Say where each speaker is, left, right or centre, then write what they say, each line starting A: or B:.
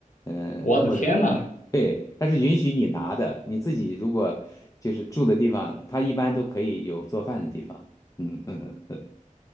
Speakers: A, on the left; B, on the left.
A: 嗯，呃或者
B: 我的天呐，
A: 对，它是允许你拿的，你自己如果就是住的地方，它一般都可以有做饭的地方。嗯，<laughs> 呃